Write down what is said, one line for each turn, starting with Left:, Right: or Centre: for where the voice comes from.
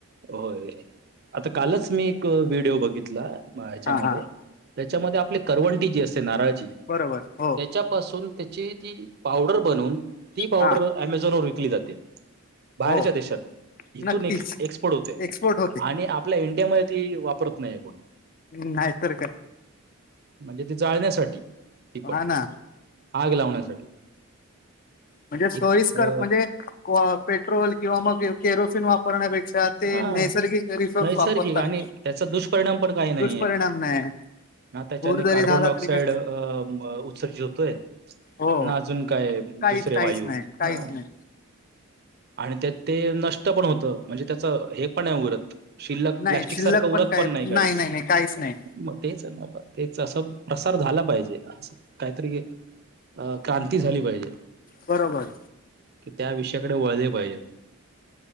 Right: होय आता कालच मी एक व्हिडिओ बघितला ह्याच्यामध्ये
Left: हा हा
Right: त्याच्यामध्ये आपली करवंटी जी असते नारळाची
Left: बरोबर हो.
Right: त्याच्या पाासून त्याची ती पावडर बनवून ती पावडर
Left: हा
Right: अमेझॉन वर विकली जाते. बाहेरच्या
Left: हो
Right: देशात इथून
Left: नक्कीच
Right: एक्सपोर्ट होते
Left: एक्सपोर्ट होते
Right: आणि आ आपल्या इंडियामध्ये ती वापरत नाहीत.
Left: हम् नाहीतर का
Right: म्हणजे ते जाळण्यासाठी तिपट
Left: हा ना
Right: आग लावण्यासाठी.
Left: म्हणजे सोयीस्कर
Right: इत अ
Left: म्हणजे पेट्रोल किंवा मग केॅरोसिन वापरण्यापेक्षा. ते
Right: हा
Left: नैसर्गिक रिसोर्स
Right: नैसर्गिक
Left: वापरतात
Right: आणि त्याचा दुष्परिणाम पण काही नाही
Left: दुष्परिणाम
Right: आहे.
Left: नाही
Right: हा त्याच्याने
Left: धूर जरी
Right: कार्बन
Left: झाला
Right: डाय ऑक्साइड
Left: तरी काय
Right: अ उत्सर्जित होतोय.
Left: हो
Right: ना अजून काय
Left: काहीच
Right: दुसरे
Left: काहीच
Right: वायू
Left: नाही काहीच
Right: हा.
Left: नाही
Right: आणि त्यात ते नष्ट पण होतं म्हणजे त्याचं हे पण नाही उरत शिल्लक
Left: नाही
Right: प्लास्टिक
Left: शिल्लक
Right: सारखं उरत
Left: काय
Right: पण नाही काही.
Left: नाही काहीच नाही
Right: मग तेच आहे ना तेच असं प्रसार झाला पाहिजे अस काहीतरी अ क्रांती झाली पाहिजे <inaudible>
Left: बरोबर
Right: की त्या विषयाकडे वळले पाहिजेत.